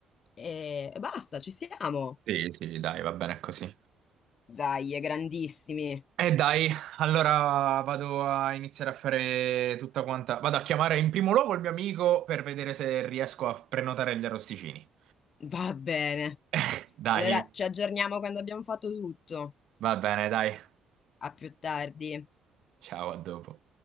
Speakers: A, on the left (about 40°); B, on the right (about 60°).
A: e, e basta, ci siamo.
B: Sì, sì, dai, va bene così.
A: Dai, è grandissimi.
B: E dai, allora vado a iniziare a fare tutta quanta. Vado a chiamare in primo luogo il mio amico per vedere se riesco a prenotare gli arrosticini.
A: Va bene.
B: <laughs> Dai,
A: Allora ci aggiorniamo quando abbiamo fatto tutto.
B: va bene, dai.
A: A più tardi.
B: Ciao, a dopo.